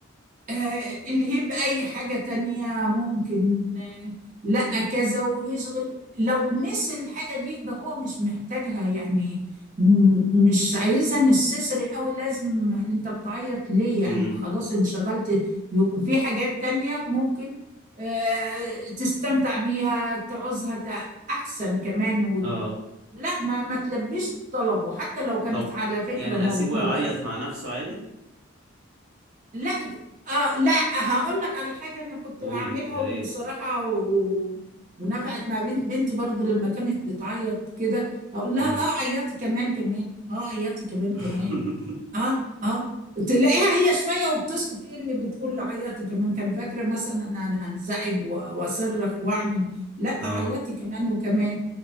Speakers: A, on the right; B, on the right.
A: آه، الهيب أي حاجة تانية ممكن آه، لأ كذا ويشغل لو نسي الحاجة دي يبقى هو مش محتاجها يعني م- مش عايزها نستسري قوي لازم انت بتعيط ليه يعني
B: امم
A: خلاص انشغلت يو- في حاجات تانية ممكن آه، تستمتع بيها تعوزها تع- أحسن كمان و...
B: اه
A: لا ما ما تلبيش طلبه حتى لو كانت
B: طب
A: على فكرة
B: يعني
A: موجودة
B: اسيبه يعيط مع نفسه عادي
A: لا د- اه لا هقول لك على حاجه انا كنت
B: قولي
A: اعملها
B: يا
A: وصراحه
B: ريت
A: و... ونفعت مع بنت بنتي برضو لما كانت بتعيط كده اقول لها
B: امم
A: اه عيطي كمان كمان اه عيطي كمان
B: <laughs>
A: كمان اه اه تلاقيها هي شويه وبتسكت ايه اللي بتقول عيطي كمان كان فاكره مثلا انا أنا هنزعج و- واصرخ واعمل لا
B: اه
A: عيطي كمان وكمان